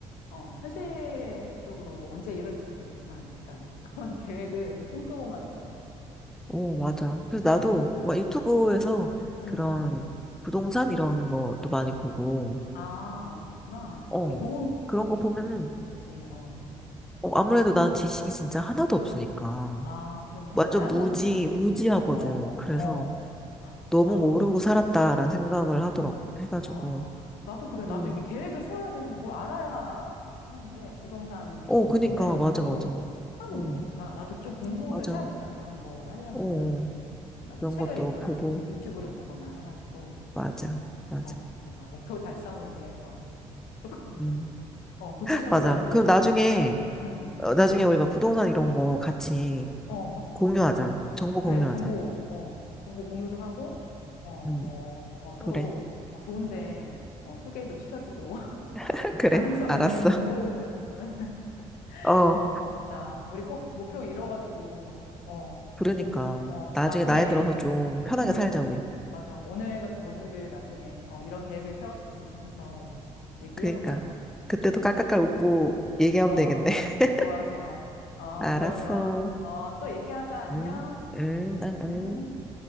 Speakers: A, on the left (about 80°); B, in the centre.
A: 어, 현실적으로 언제 이루어질지 모르겠지만 약간 그런 <laughs> 계획을 꿈꾸고만 있어.
B: 어, 맞아. 그래서 나도
A: 음,
B: 막 유튜브에서
A: 음.
B: 그런 부동산 이런 것도 많이 보고,
A: 아, 그렇구나.
B: 어,
A: 그 도움이
B: 그런 거 보면은,
A: 좀 되, 되지. 어, 맞아.
B: 어, 아무래도 난 지식이 진짜 하나도 없으니까.
A: 아, 그렇네.
B: 완전
A: 나야말로
B: 무지,
A: 봐야겠다.
B: 무지하거든.
A: 어, 어,
B: 그래서 너무
A: 맞아.
B: 모르고 살았다라는 생각을 하더라고. 해가지고.
A: 아, 나도 그래. 나도
B: 음.
A: 이게 계획을 세워야 되는데 뭘 알아야 하는데 부동산 그런
B: 어,
A: 거
B: 그니까,
A: 구매하는
B: 맞아,
A: 것도
B: 맞아.
A: 하나도
B: 음,
A: 모르니까 나도 좀 공부를
B: 맞아.
A: 해야겠다.
B: 어,
A: 그런 거를 하려면은
B: 어.
A: 나도
B: 그런
A: 책을
B: 것도
A: 읽거나
B: 보고,
A: 유, 유튜브를 보거나 해가지고
B: 맞아, 맞아.
A: 어, 뭔가 목표 달성을 위해서 조금
B: 음,
A: <laughs> 어, 구체적으로라도
B: 맞아.
A: 너처럼
B: 그럼 나중에,
A: 노 음.
B: 어, 나중에 우리 막 부동산 이런 거 같이
A: 어,
B: 공유하자.
A: 좋아.
B: 정보 공유하자.
A: 그래. 정보 어, 정보 공유도 하고 어,
B: 음,
A: 뭐 어, 서로
B: 그래.
A: 어, 좋은데 어, 소개도 시켜주고 <laughs>
B: <laughs> 그래.
A: 가능성
B: 알았어.
A: 있는 공고문을 보면
B: 어,
A: 어, 진짜. 우리 꼭 목표 이뤄가지고, 어,
B: 그러니까.
A: 꼭, 어,
B: 나중에
A: 나중에,
B: 나이 들어서 좀 편하게
A: 음,
B: 살자, 우리.
A: 맞아. 오늘, 오늘을 나중에, 어, 이런 계획을 세웠었지 하면서 얘기해보자.
B: 그니까. 그때도 깔깔깔 웃고 얘기하면
A: 어,
B: 되겠네. <laughs>
A: 좋아, 좋아. 어,
B: 알았어.
A: 그러면, 어, 또 얘기하자. 안녕.
B: 응, 응, 응.
A: 음.
B: 응.